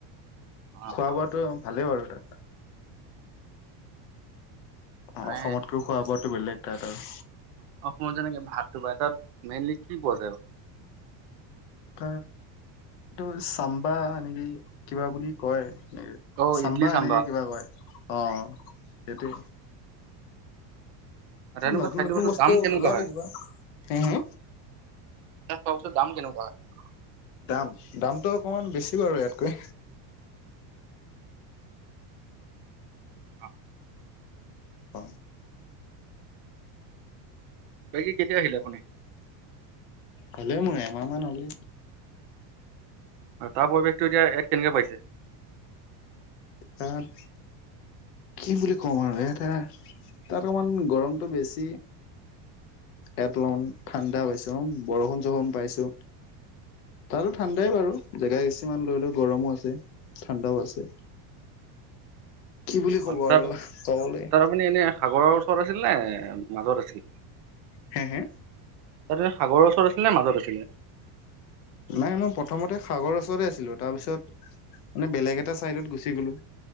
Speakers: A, on the right; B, on the left.
A: অ
B: খোৱা
A: অ
B: বোৱাতটো ভালেই বাৰু তাত
A: মানে
B: অ অসমতকৈও খোৱা বোৱটো বেলেগ তাত আৰু
A: মই যেনেকে ভাতটো পাই তাত মেইনলি কি পোৱা যায়।
B: ত এইটো চাম্বা নেকি কিবা বুলি কয়। নে
A: অ'
B: চাম্বা
A: ইডলি চাম্বাৰ
B: এনেকে কিবা কয় অ সেইটোৱে
A: তেনেকুৱা
B: নতুন
A: খাদ্য
B: নতুন
A: বস্তুৰ
B: বস্তু
A: দাম কেনেকুৱা
B: ওলাই
A: হয়?
B: কিবা হে হে।
A: তাত খোৱা বস্তু দাম কেনেকুৱা হয়
B: দাম দামটো অকণমান বেছি বাৰু ইয়াতকৈ,
A: অ।
B: অ।
A: বাকী কেতিয়া আহিলে আপুনি,
B: হলে মোৰ এমাহ মান হলে,
A: তাৰ পৰিৱেশটো এতিয়া ইয়াত কেনেকে পাইছে,
B: তাত কি বুলি কম আৰু এটা তাত অকমান গৰমতটো বেছি এয়াত অলপমান ঠাণ্ডা পাইছো অ বৰষুণ চৰষুণ পাইছো তাতো ঠাণ্ডাই বাৰু জেগা কিছুমান লৈ লও গৰমো আছে ঠাণ্ডাও আছে। কি বুলি ক'ব
A: অ, তাত
B: আৰু কবলৈ,
A: তাত আপুনি এনে সাগৰৰ ওচৰত আছিল নে মাজত আছিল,
B: হে হে,
A: তাত এনে সাগৰৰ ওচৰত আছিলে নে মাজত আছিলে,
B: নাই মই প্ৰথমতে সাগৰ ওচৰতে আছিলো তাৰপিছত, মানে বেলেগ এটা চাইডত গ, গুচি গ'লো